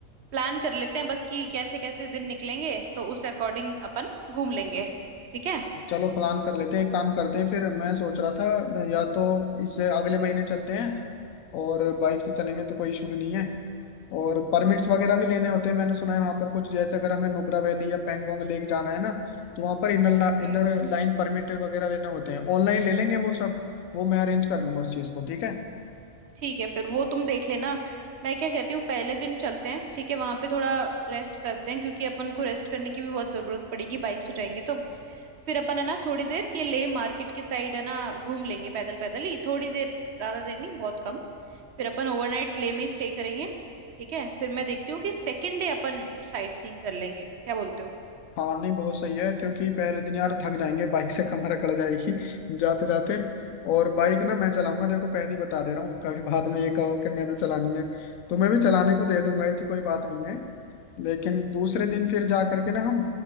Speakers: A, on the right; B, on the left.
A: प्लान कर लेते हैं बस कि कैसे कैसे दिन निकलेंगे तो उस अकॉर्डिंग अपन घूम लेंगे ठीक है
B: चलो प्लान कर लेते हैं एक काम करते हैं फिर मैं सोच रहा था या तो इससे अगले महीने चलते हैं और बाइक से चलेंगे तो कोई इशू भी नहीं है और परमिट्स वगैरह भी लेने होते हैं मैंने सुना है वहाँ पर कुछ जैसे अगर हमें नुब्रा वैली या पैंगोंग लेक जाना है ना तो वहाँ पर इनर
A: हम्म
B: इनर लाइन परमिट वगैरह लेने होते हैं ऑनलाइन ले लेंगे वो सब वो मैं अरेंज कर लूंगा उस चीज़ को ठीक है
A: ठीक है फिर वो तुम देख लेना मैं क्या कहती हूँ पहले दिन चलते हैं ठीक है वहां पे थोड़ा रेस्ट करते हैं क्योंकि अपन को रेस्ट करने की भी बहुत जरूरत पड़ेगी बाइक से जाएंगे तो फिर अपन है ना थोड़ी देर ये लेह मार्केट के साइड है ना घूम लेंगे पैदल पैदल ही थोड़ी देर ज्यादा देर नहीं बहुत कम फिर अपन ओवरनाइट लेह में स्टे करेंगे ठीक है फिर मैं देखती हूँ कि सेकेंड डे अपन साइट सीइंग कर लेंगे क्या बोलते हो
B: हाँ नहीं बहुत सही है क्योंकि पहले दिन यार थक जाएंगे बाइक से कमर अकड़ जाएगी <laughs> जाते जाते और बाइक ना मैं चलाऊंगा देखो पहले ही बता दे रहा हूँ कभी बाद में ये कहो कि मैंने चलानी है तो मैं भी चलाने को दे दूंगा ऐसी कोई बात नहीं है लेकिन दूसरे दिन फिर जा करके ना हम